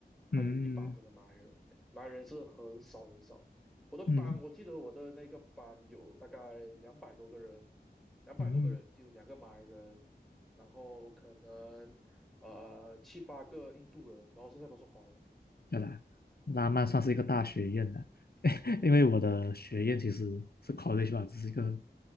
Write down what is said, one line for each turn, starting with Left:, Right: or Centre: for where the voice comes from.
Centre: 还有一八仙的马来人，
Left: 嗯
Centre: 马来人是很少很少。我的班，
Left: 嗯
Centre: 我记得我的那个班有大概两百多个人，两百多个人只有两个马来人，
Left: 嗯，
Centre: 然后可能呃七八个印度人，然后剩下都是华人。
Left: 对啦，拉曼算是一个大学院的，<laughs> 因为我的学院其实是 college 吧，只是一个